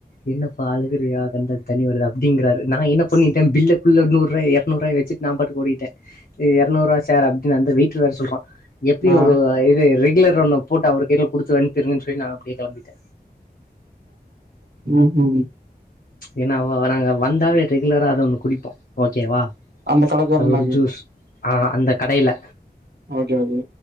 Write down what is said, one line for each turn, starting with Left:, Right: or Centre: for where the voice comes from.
Left: என்னப்பா அழுகுறியா கண்லந் தண்ணி வருது அப்டிங்றாரு நா என்ன பண்ணிட்ட பில்டப்க்குள்ள நூறாய் எரநூறுவாய வச்சிட்டு நா பாட்டுக்கு ஓடிட்ட ஏ எரநூறுவா சார் அப்டின்னு அந்த வேட்ரு வேற சொல்றா எப்பயு
Right: ஆ
Left: ஒரு இது ரெகுலர்ன் ஒன்ன போட்டு அவர் கைல குடுத்து அனுப்பிருங்கன் சொல்லி நா அப்டியே கெளம்பிட்ட
Right: ம் ம்
Left: ஏனா அவ நாங்க வந்தாவே ரெகுலரா அத ஒண்ணு குடிப்போ ஓகேவா
Right: அந்த கடக்காரனாக்கு
Left: அது ஒரு ஜூஸ் ஆ அந்த கடைல
Right: ஓகே ஓகே